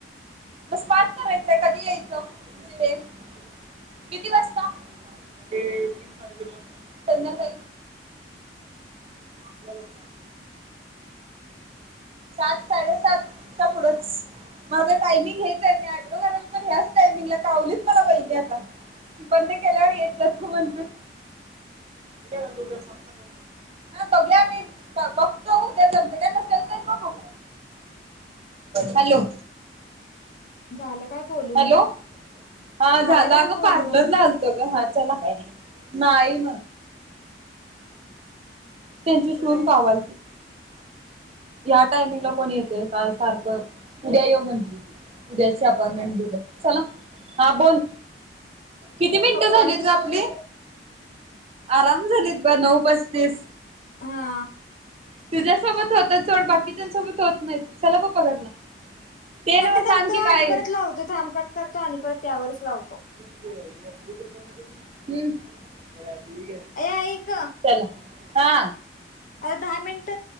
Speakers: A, on the right; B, on the left.
A: म स्पा करायचंय, कधी यायचं <unintelligible> किती वाजता? तीन, साडेतीनला, किती वाजता संध्याकाळी? <unintelligible> <inaudible> सात साडेसातच्या पुढच. माझं टायमिंग हेच आहे, मी आयब्रो करायला पण ह्याच टायमिंगला, कावलीच मला वहिनी आता. बंद केल्यावर येत जा तु म्हणून. <unintelligible> <inaudible> हा बघूया मी बघतो उद्या जमतय काय, नसेल तर मग बघ हॅलो?
B: झालं काय बोलून?
A: हॅलो हा
B: झालं
A: झाला,
B: काय
A: अगं
B: बोलून
A: पार्लरला आलतो ग, हा चला नाही त्यांची
B: इकडे
A: सून कावालती ह्या टायमिंगला कोण येतेय काय सारखं, उद्या ये म्हंटली ती. उदयाची अपॉइंटमेंट दिले, चला, हा बोल. किती मिनिटं
B: पप्पा
A: झालीत ग आपली आराम झालीत ब नऊ पस्तीस
B: हा
A: तुझ्यासोबत होत चड बाकीच्यासोबत होत नाहीत चला पप्पा घरला ते नव्ह
B: कट करतो
A: सांग की काय
B: आणि परत लावतो थांब कट करतो आणि परत त्यावरच लावतो
A: पर घती गु ग
B: अ ऐ का
A: ला हा
B: आता दहा मिनिट